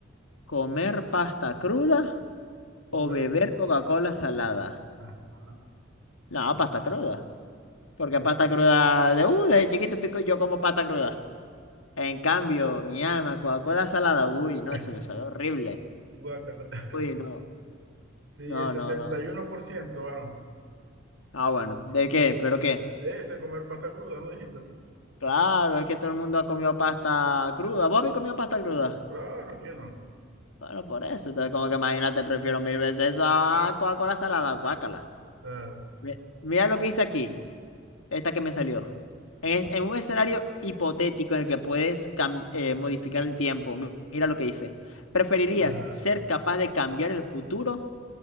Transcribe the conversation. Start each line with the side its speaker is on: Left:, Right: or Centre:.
Left: ¿comer pasta cruda
Right: OBB.
Left: o beber Coca-Cola salada?
Right: Ah,
Left: No, pasta cruda. Porque
Right: se-
Left: pasta cruda de, uh, desde chiquito estoy co- yo como pasta cruda. En cambio, mi alma, Coca-Cola salada, uy, no,
Right: <laughs>
Left: eso me sabe horrible.
Right: guácala. <laughs>
Left: Uy, no,
Right: Sí,
Left: no,
Right: el 61%
Left: no, no.
Right: ganó.
Left: Ah, bueno, ¿de qué? ¿Pero qué?
Right: Ese comer pasta cruda, ¿no dijiste?
Left: Claro, es que todo el mundo ha comido pasta cruda. ¿Vos habéis comido pasta cruda?
Right: Claro que no.
Left: Bueno, por eso. Entonces, como que imagínate, prefiero mil veces eso a Coca-Cola salada, guácala.
Right: Claro.
Left: Mi- Mira lo que hice aquí. Esta que me salió. En, es- en un escenario hipotético en el que puedes cam- eh, modificar el tiempo, mi- mira lo que dice. ¿Preferirías
Right: Ajá.
Left: ser capaz de cambiar el futuro